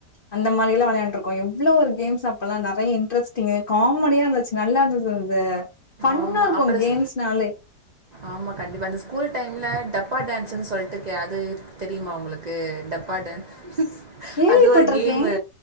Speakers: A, on the left (about 45°); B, on the right (about 65°).
A: அந்த மாறில்லா வெளயாண்டு இருக்கோ எவ்ளோ ஒரு கேம்ஸ் அப்பல்லா நெறய இன்ட்ரஸ்டிங்கு காமொடியா இருந்துச்சு நல்லா இருந்தது இது ஃபன்னா
B: ஆமா
A: இருக்கும்
B: அப்புற
A: கேம்ஸ்னாலே
B: ஆமா கண்டிப்பா அந்த ஸ்கூல் டைம்ல டப்பா டேன்ஸ்ன்னு சொல்ட்டுக்கே அது தெரியுமா உங்களுக்கு டப்பா டேன்ஸ்
A: கேள்விப்பட்ருக்கே
B: அது ஒரு கேமு